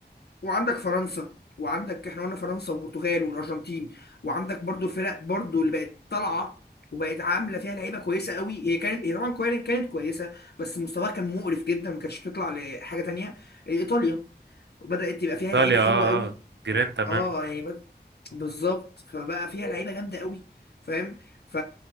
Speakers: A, on the left; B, on the right.
A: وعندك فرنسا وعندك احنا قلنا فرنسا وبرتغال والأرجنتين وعندك برضو الفرق برضو اللي بقت طالعة وبقت عاملة فيها لعيبة كويسة قوي هي كانت هي طبعا كوي- كانت كويسة بس مستواها كان مقرف جدا ما كانتش تطلع لحاجة تانية آه، إيطاليا بدأت تبقى فيها
B: ايطاليا
A: لعيبة حلوة
B: اه
A: قوي
B: اه جيرين تمام
A: اه يعني بد... بالظبط فبقى فيها لعيبه جامده قوي فاهم ف